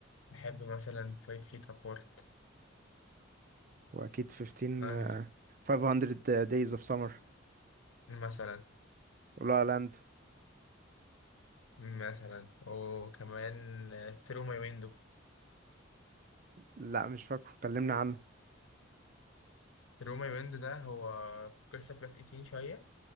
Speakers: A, on the left; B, on the right.
A: بحب مثلا فايف فيت ابارت
B: واكيد 15
A: عارف
B: آه، 500 days of summer
A: مثلا
B: ولا لاند
A: مثلا وكمان ثرو ماي ويندو
B: لا مش فاكره كلمنا عنه
A: ثرو ماي ويندو ده هو قصة بلس 18 شوية